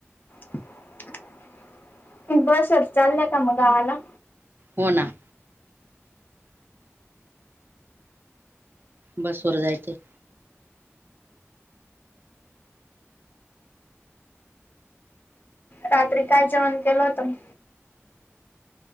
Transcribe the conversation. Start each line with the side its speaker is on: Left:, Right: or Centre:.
Left: <unintelligible> बसवर चाललंय का म गावाला?
Right: हो ना. बसवर जायचं आहे.
Left: रात्री काय जेवण केलं होतं म?